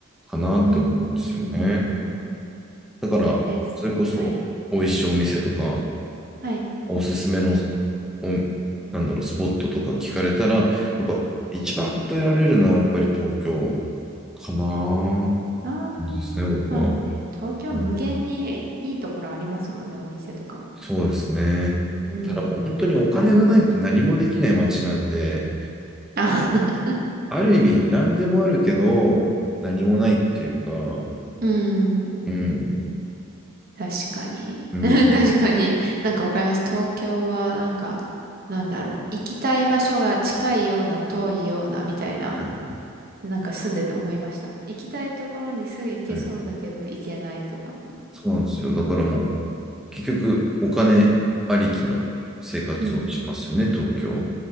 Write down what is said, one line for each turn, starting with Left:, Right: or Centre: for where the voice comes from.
Centre: かなって思うんですよね。
Right: うん。うん
Centre: だから、
Right: じゃあ、あれですね。
Centre: それこそ、
Right: はい。
Centre: 美味しいお店とか、
Right: はい。
Centre: おすすめの、お、なんだろう、スポットとか聞かれたら、やっぱ一番答えられるのは、やっぱり東京かな
Right: ああ、
Centre: ですね、僕は。
Right: まあね、東京無限にいいところありますもんね、
Centre: うん
Right: お店とかも。
Centre: そうですね。
Right: うんうんうん。
Centre: ただもう本当にお金がないと何もできない街なんで、
Right: あ、<laughs>
Centre: ある意味何でもあるけど、何もないっていうか、う
Right: うん。
Centre: ん、
Right: 確かに。
Centre: うん、
Right: <laughs> 確かに。なんかわかります。東京は、なんか、なんだろう。行きたい場所が近いような、遠いような、みたいな。
Centre: はい
Right: なんか住んでて思いました。行きたいところにすぐ行けそうだけど、
Centre: はい
Right: 行けないとか。
Centre: そうなんですよ。だからもう、結局お金ありきの生活をしますよね、
Right: うん。
Centre: 東京。